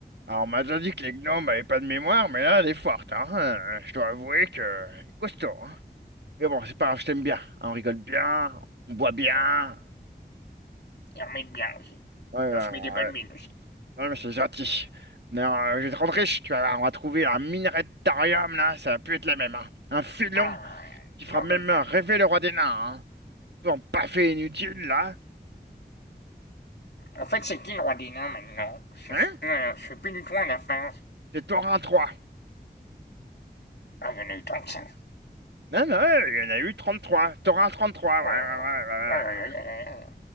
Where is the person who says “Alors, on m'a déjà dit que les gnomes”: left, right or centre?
Right